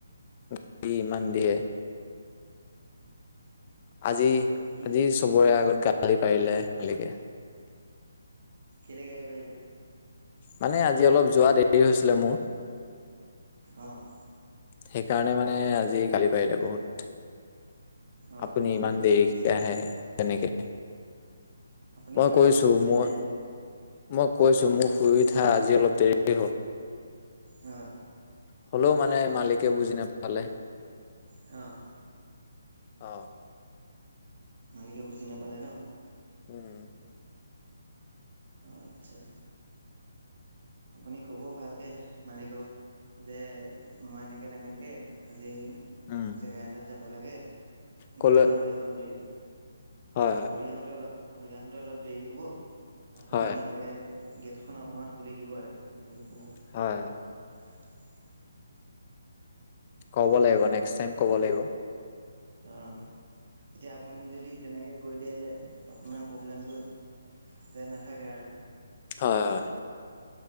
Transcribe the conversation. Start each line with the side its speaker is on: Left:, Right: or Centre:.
Left: গালি ইমান দিয়ে। আজি-
Right: কি
Left: আজি চবৰে আগত গালি পাৰিলে মালিকে।
Right: কেলেই গালি পাৰিলে?
Left: মানে আজি অলপ যোৱা দেৰি হৈছিলে মোৰ।
Right: অ'।
Left: সেইকাৰণে মানে আজি গালি পাৰিলে বহুত।
Right: অ',
Left: আপুনি ইমান দেৰিকে
Right: আচ্ছা।
Left: আহে, তেনেকে।
Right: আপুনি
Left: মই
Right: মালিকক
Left: কৈছোঁ
Right: কৈ নাযায়
Left: মোৰ
Right: নেকি?
Left: মই কৈছো মোৰ শুই উঠা আজি অলপ দেৰি হ'ল।
Right: হয়।
Left: হ'লেও মানে মালিকে বুজি নাপালে।
Right: অ'।
Left: অ।
Right: মালিকে বুজি নাপালে ন?
Left: <inaudible>
Right: আতচ্ছা। আপুনি কব ভালকে মালিকক যে, মই এনেকে- তেনেকে আজি
Left: উম
Right: জেগা এটাত যাব লাগে
Left: কলে
Right: ঘূৰি আহোঁতে অলপ দেৰি
Left: হয়
Right: ঘূৰি আহোঁতে অলপ ঘূৰি আহোঁতে অলপ দেৰি হ'ব আপুনি
Left: হয়
Right: তাকে গেটখন অকণমান খুলি দিব আৰু উম হব
Left: হয়
Right: <inaudible>
Left: ক'ব লাগিব নেক্সট টাইম ক'ব লাগিব
Right: অ' এতিয়া আপুনি যদি তেনেকে কৈ দিয়ে আপোনাৰ প্ৰব্লেমটো তেতিয়া নাথাকে আৰু
Left: হয় হয়